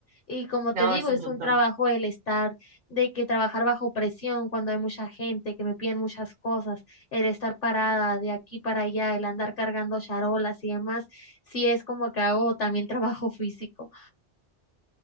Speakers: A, on the left (about 50°); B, on the right (about 50°).
A: Y como te
B: No,
A: digo,
B: es un
A: es
B: montón.
A: un trabajo el estar, de que trabajar bajo presión cuando hay mucha gente, que me piden muchas cosas, el estar parada de aquí para allá, el andar cargando charolas y demás, sí es como que hago también <laughs> trabajo físico.